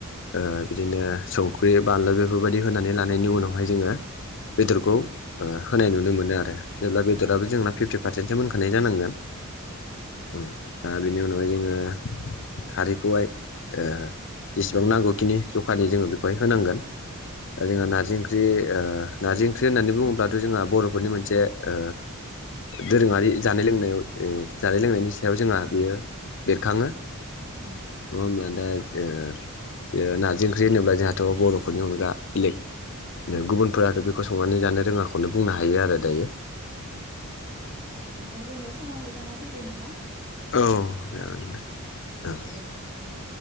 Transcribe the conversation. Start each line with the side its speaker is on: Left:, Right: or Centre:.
Left: ओ बिदिनो संख्रि बानलु बेफोरबायदि होनानै लानायनि उनावहाय जोङो बेदरखौ ओ होनाय नुनो मोनो आरो जेब्ला बेदराबो जोंना फिफ्टि पारसेन्टसो मोनखा नाय जानांगोन उम दा बेनि उनावहाय जोङो खारैखौहाय ओ जेसेबां नांगौखिनि जखानि जोङो बेखौहाय होनांगोन ओ जोंङो नार्जि ओंख्रि ओ नार्जि ओंख्रि होननानै बुङोब्लाथ' जोंहा बर'फोरनि मोनसे ओ दोरोङारि जानाय लोंनायाव ओ जानाय लोंनायनि सायाव जोंहा बेयो बेरखाङो।
Right: नंगौ
Left: नङा होनब्ला दा ओ बेयो नारजि ओंख्रि होनोब्ला जोंहाथ' बर'फोरनि अनगा बेलेग गुबुनफोराथ' बेखौ संनानै जानो रोङाखौनो बुंनो हायो आरो दायो।
Right: नंगौ। <inaudible> दा जोङो समाबो जाना फैबाय नामा?
Left: औ जागोन दे ओं।
Right: दोनथ'नोसै होनबा